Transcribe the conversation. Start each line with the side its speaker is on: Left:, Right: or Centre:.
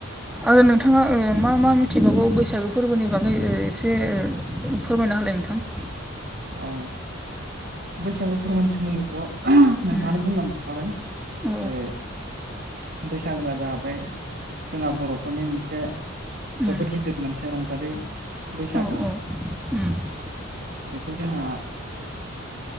Centre: आरो नोंथाङा ओ मा मा मिथिबावगौ बैसागो फोरबोनि बागै ओ एसे फोरमायना हालाय नोंथां।
Right: अ बैसागु फोरमाननि सोमोन्दैथ' नोंथाङानो
Centre: उम
Right: बुंलां खाबाय जेरै
Centre: उम औ
Right: बैसागोआ जाहैबाय जोंहा बर'फोरनि मोनसे
Centre: उम
Right: जोबोद गिदिर मोनसे रंजालि बैसागु।
Centre: औ औ उम
Right: बेखौ जोंहा